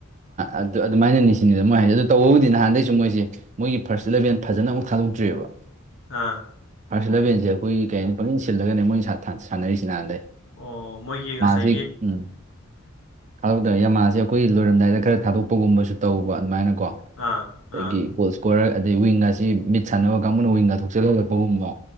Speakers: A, on the right; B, on the left.
A: ꯑꯗꯨ ꯑꯗꯨꯃꯥꯏꯅꯅꯤ ꯁꯤꯅꯤꯗ ꯃꯣꯏ ꯍꯥꯏꯁꯦ ꯑꯗꯨ ꯇꯧꯕꯕꯨꯗꯤ ꯅꯍꯥꯟꯗꯩꯁꯨ ꯃꯣꯏꯁꯦ ꯃꯒꯤ ꯐꯥꯔꯁꯂꯚꯦꯟ ꯐꯖꯅ ꯑꯃꯨꯛ ꯈꯪ ꯧꯗ꯭ꯔꯤꯑꯕ
B: ꯍꯥꯥ
A: ꯐꯥꯔꯁ ꯂꯂꯕꯦꯟꯁꯦ ꯑꯩꯈꯣꯏꯒꯤ ꯀꯩ ꯍꯥꯏꯅꯤ ꯄꯪꯁꯤꯟ ꯁꯤꯜꯂꯒꯅꯦ ꯃꯣꯏ ꯁꯥꯟꯅꯔꯤꯁꯤ ꯅꯍꯥꯟꯗꯩ
B: ꯑꯣ ꯃꯣꯏꯒꯤ ꯉꯁꯥꯏ
A: ꯍꯧ ꯎꯝ ꯈꯥꯎꯗ ꯃꯥ ꯁꯤ ꯑꯩꯈꯣꯏꯒꯤ ꯂꯣꯏꯔꯝꯗꯥꯏꯗ ꯈꯔ ꯊꯥꯗꯣꯛꯄꯒꯨꯝꯕꯁꯨ ꯇꯧꯕ ꯑꯗꯨꯃꯥꯏꯅꯀꯣ
B: ꯑꯥ
A: ꯑꯗꯒꯤ
B: ꯑꯥ
A: ꯒꯣꯜ ꯀꯣꯔꯛ ꯑꯗꯩ ꯋꯤꯡ ꯑꯁꯤ ꯃꯤꯠ ꯁꯥꯟꯅꯕ ꯀꯥꯡꯕꯨꯅ ꯋꯤꯡꯒ ꯊꯣꯛꯆꯜ ꯍꯜꯂꯛꯄꯒꯨꯝꯕ